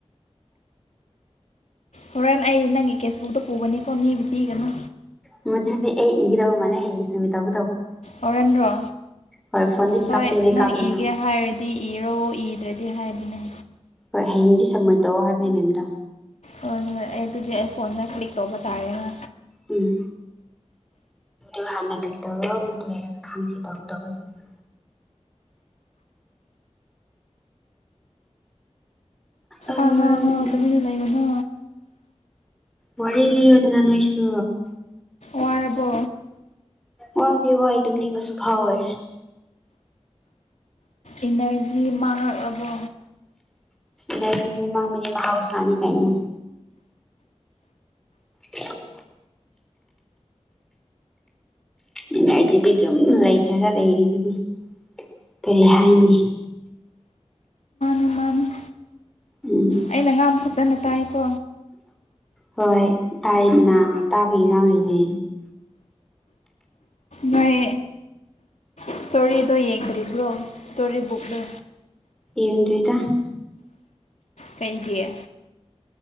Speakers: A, on the left (about 85°); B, in the centre.
A: ꯍꯣꯔꯦꯟ ꯑꯩ ꯅꯪꯒꯤ ꯀꯦꯁꯕꯨꯛꯇ ꯄꯨꯒꯅꯤ ꯀ ꯃꯤꯒꯤ ꯄꯤꯒꯅꯤ
B: ꯃꯗꯨꯗꯤ ꯑꯩ ꯏꯒꯗꯕ ꯃꯥꯜꯂꯦ ꯍꯌꯦꯡ ꯁꯃꯤ ꯇꯧ
A: ꯍꯣꯔꯦꯟꯗ꯭ꯔꯣ
B: ꯍꯣꯏ ꯐꯣꯟꯗꯒꯤ
A: ꯍꯣꯏ
B: ꯀꯥꯞꯀꯦ ꯍꯥꯏꯔꯗꯤ
A: ꯅꯪ
B: ꯀꯥꯞꯂꯣ
A: ꯏꯒꯦ ꯍꯥꯏꯔꯗꯤ ꯏꯔꯣ ꯏꯗ꯭ꯔꯗꯤ ꯍꯥꯏꯕꯅꯦ
B: ꯍꯣꯏ ꯍꯌꯦꯡꯗꯤ ꯁꯝꯃꯤꯠ ꯇꯧꯑꯣ ꯍꯥꯏꯕꯅꯦ ꯃꯦꯝꯗꯣ
A: ꯍꯣꯏ ꯍꯣꯏ ꯑꯗꯨꯗꯤ ꯑꯩ ꯐꯣꯟꯗ ꯀꯂꯤꯛ ꯇꯧꯕ ꯇꯔꯦꯅ
B: ꯎꯨꯝ ꯃ ꯍꯥꯟꯅ ꯀꯩꯇꯧꯔꯣ ꯃꯗꯨ ꯍꯥꯏꯔꯒ ꯈꯪꯁꯤ ꯇꯧꯒꯗꯕꯁꯤꯡꯗꯣ ꯑꯥ
A: ꯑ ꯉꯥꯡꯉꯣ
B: ꯎꯝ
A: ꯇꯨꯃꯤꯟꯅ ꯂꯩꯒꯅꯣ
B: ꯋꯥꯔꯤ ꯂꯤꯌꯨꯗꯅ ꯅꯣꯏꯁꯨ
A: ꯋꯥꯔꯕꯣ
B: ꯋꯥꯕꯨꯗꯤ ꯋꯥꯏ ꯇꯨꯝꯅꯤꯡꯕꯁꯨ ꯐꯥꯎꯋꯦ
A: ꯏꯅꯔꯖꯤ ꯃꯥꯡꯔ ꯑꯕꯣ
B: ꯂꯩꯗꯨꯗꯤ ꯃꯥꯡꯕꯗꯤ ꯃꯍꯥꯎꯁꯥꯅꯤ ꯀꯩꯅꯣ ꯎꯨꯝ ꯏꯅꯔꯖꯤꯗꯤ ꯑꯗꯨꯝ ꯂꯩꯇ꯭ꯔꯒ ꯂꯩꯔꯤꯗꯨꯅꯤ ꯀꯔꯤ ꯍꯥꯏꯅꯤ
A: ꯃꯥꯟꯅꯤ
B: ꯎꯝ
A: ꯑꯩꯅ ꯉꯥꯡꯕ ꯐꯖꯅ ꯇꯥꯏꯀꯣ
B: ꯍꯣꯏ ꯇꯥꯏꯗꯅ ꯇꯥꯕꯒꯤ ꯉꯥꯡꯂꯤꯅꯦ
A: ꯅꯣꯏ ꯏꯁꯇꯣꯔꯤꯗꯣ ꯌꯦꯡꯗ꯭ꯔꯤꯕ꯭ꯔꯣ ꯏꯁꯇꯣꯔꯤ ꯕꯨꯛꯇꯣ
B: ꯌꯦꯡꯗ꯭ꯔꯤꯗ
A: ꯀꯩꯒꯤ